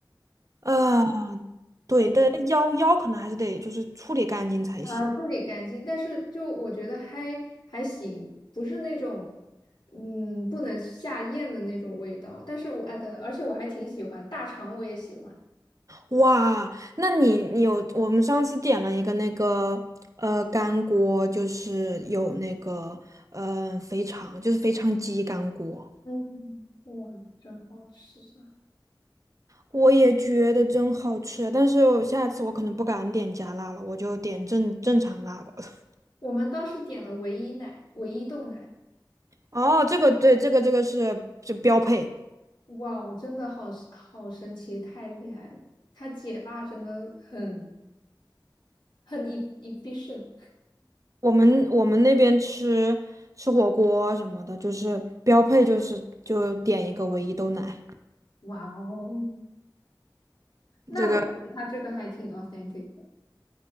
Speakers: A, on the right; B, on the left.
A: 啊，对，
B: 我
A: 但腰腰可能还是得就是处理干净才行。
B: 啊，处理干净，但是就我觉得还还行，不是那种嗯不能下咽的那种味道。但是我啊的，而且我还挺喜欢大肠，我也喜欢。
A: 哇，那你你有我们上次点了一个那个呃干锅，就是有那个呃肥肠，就是肥肠鸡干锅，
B: 嗯，哇，真好吃啊！
A: 我也觉得真好吃啊，但是我下次我可能不敢点加辣了，我就点正正常辣吧。<laughs>
B: 我们当时点了唯一奶、唯一豆奶，
A: 哦，这个对，这个这个是就标配。
B: 哇，真的好神好神奇，太厉害了！它解辣真的很很 e- efficient。
A: 我们我们那边吃吃火锅什么的，就是标配就是就点一个唯一豆奶。
B: 哇哦，那我觉得他这个还挺
A: 这个
B: authentic 的。